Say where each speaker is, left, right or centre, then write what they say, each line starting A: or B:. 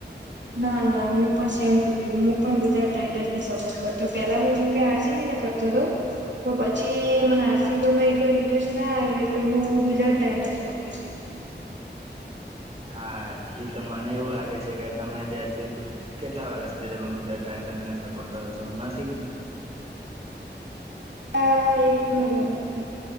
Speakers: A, on the right; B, on the right.
A: ના ના હું પણ સેમ ટુ યુ હું પણ ગુજરાત ટ્રેગર્સને સપોર્ટ કરતો પેલા હું જેમ કે આસીબ કરતો તો પણ પછી
B: હા
A: મને
B: એટલે
A: આરસીબ
B: જ.
A: માં એટલો ઇન્ટરેસ્ટ ના એટલે હું ગુજરાત ટાઈટસ માગીશ.
B: હા એ તો મને એવું લાગે છે કે તમે જ્યારથી કેટલા વર્ષથી તમે ગુતરાત ટા સ કર છો હમણાંથી
A: હ એક તોણ વર્ષથી